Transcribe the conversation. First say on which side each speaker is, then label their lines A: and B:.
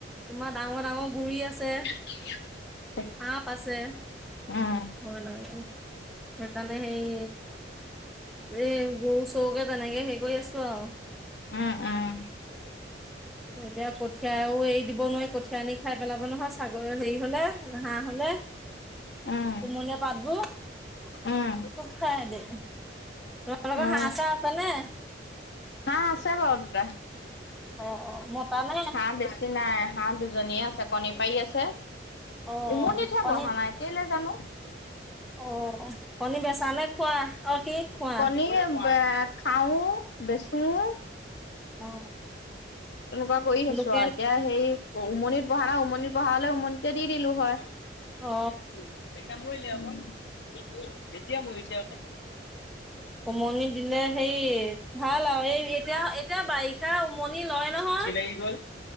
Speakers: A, in the centre; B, on the left.
A: তোমাৰ ডাঙৰ ডাঙৰ গুৰি আছে
B: <inaudible>
A: সাপ আছে
B: উম
A: ভয় লাগে সেইকাৰণে সেই এ গৌ চৌকে তেনেকে সেই কৰি আছো আৰু
B: উম উম
A: এতিয়া কঠীয়াও এৰি দিব নোৱাৰি কঠীয়া আনি খাই পেলাব নহয় ছাগৰ হেৰি হলে হাঁহ হলে
B: উম
A: কোমলীয়া পাতবোৰ খুব
B: উম
A: খাই সেইতি তোমাৰলোকৰ
B: অ
A: হাঁহ চাহ আছে নে
B: হাঁহ আছে বাও দুটা
A: অ অ মতা নে
B: হাঁহ বেছি নাই হাঁহ দুজনীয়ে আছে কণী পাৰী আছে
A: অ
B: উমনিতহে
A: কণী
B: বহা নাই কেলে জানো
A: অ কণী বেছা নে খোৱা অ কি খোৱা
B: কণীৰ খাওঁ বেচোঁ
A: অ
B: তেনেকুৱা কৰি আছো
A: লোকেল
B: আৰু এতিয়া সেই উমনিত বহা উমনিত বহা হলে উমনিতে দি দিলো হয়
A: অ
B: মৰিলে অক এতিয়া মৰিছে অকণ
A: উমনি দিলে সেই ভাল আৰু এই এতিয়া এতিয়া বাৰিষা উমনি লয় নহয়
B: সেই গ'ল